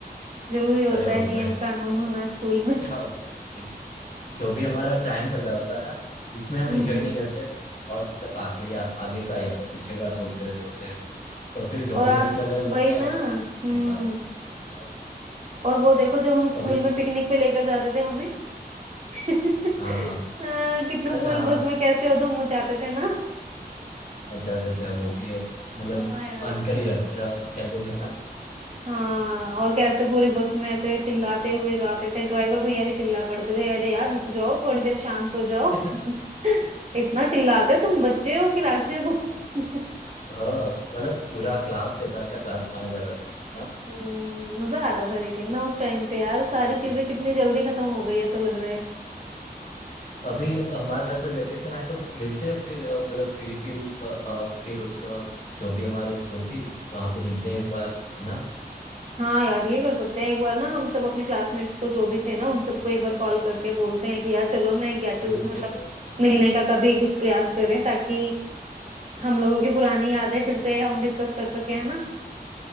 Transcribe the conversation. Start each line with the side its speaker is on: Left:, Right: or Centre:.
Right: जरूरी होता
Left: अरे वो
Right: है नियम
Left: तो है
Right: कानून
Left: पर
Right: होना स्कूल में
Left: क्या होता है कि जो भी हमारा टाइम चल रहा होता है ना उसमें हम
Right: हम्म
Left: एंजॉय नहीं करते और मतलब आगे या आगे का या तो पीछे का सोच रहे होते हैं तो फिर जो
Right: और
Left: भी
Right: आ,
Left: अभी चल रहा है उसमें
Right: वही ना
Left: हम
Right: हम्म
Left: नहीं पाते तो
Right: और वो देखो जब हम स्कूल
Left: अभी तो
Right: में पिकनिक पे लेकर जाते थे हमें <laughs>
Left: हाँ
Right: आ,
Left: हाँ
Right: कितना
Left: अरे
Right: पूरी
Left: हाँ
Right: बस में कैसे उधम मचाते थे ना
Left: मजा देते हैं वो भी है मतलब
Right: हाँ यार
Left: अनकर ही रख, रख- खेलते थे ना
Right: हाँ और कैसे पूरी बस में ऐसे चिल्लाते हुए जाते थे ड्राइवर भैया भी चिल्ला पड़ते थे अरे यार रुक जाओ थोड़ी देर शांत
Left: <laughs>
Right: हो जाओ <laughs> इतना चिल्लाते तुम बच्चे हो कि राक्षस हो <laughs>
Left: हाँ मतलब पूरा क्लास शैतान का क्लास माना जाता था है
Right: हम्म मजा आता था लेकिन ना उस टाइम पे यार सारी
Left: ना
Right: चीजें कितनी जल्दी खत्म हो गई ऐसा लग रहा है
Left: अभी हमारा कोई वेकेशन आए तो मिलते हैं फिर अ, मतलब फिर भी अ, अ, फिर उस अ, जो भी हमारी स्कूल थी वहां पे मिलते हैं एक बार है ना
Right: हाँ यार ये कर सकते हैं एक बार ना हम सब अपने क्लासमेट्स को जो भी थे ना उन
Left: हाँ
Right: सबको एक बार कॉल करके बोलते हैं कि यार चलो ना एक गेट टू
Left: ग्रुप
Right: मतलब
Left: में तो है ही
Right: मिलने
Left: ना सब
Right: का कभी कुछ प्रयास करें ताकि हम लोगों की पुरानी यादें फिर से हम डिस्कस कर सके है ना।